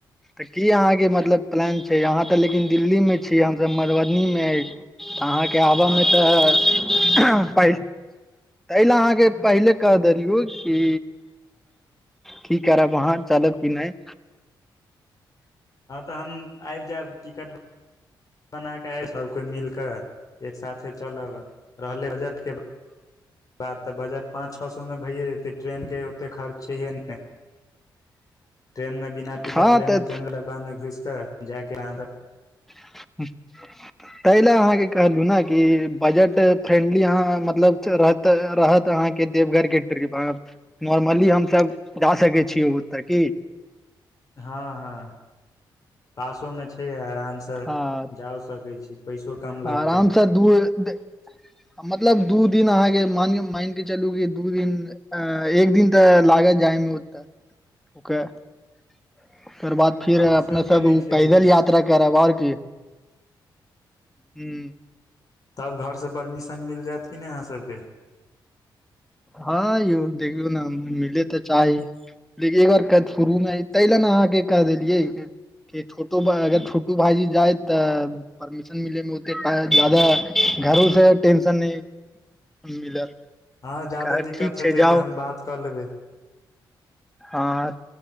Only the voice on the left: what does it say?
हँ
हँ तऽ हम आबि जायब टिकट बना कऽ सभ कोइ मिल कऽ एक साथे चलब रहलै बजटके बात तऽ बजट पाँच छह सएमे भैयए जेतै ट्रेनके ओतेक खर्च छैहे नैय ट्रेन मे बिना टिकट
लेने
जेन डब्बामे घुसि कऽ जायके आदत
<unintelligible> हँ हँ पासो में छै आराम से
जाओ सकै छी पैसो कम लागतय
हँ ओहि
सबके
नहि
छै
दिक्कत
तब घरसँ परमिशन मिल जायत कि नहि अहाँ सभके
हँ जादे
दिक्कत
हेते
तऽ हम बात कऽ लेबै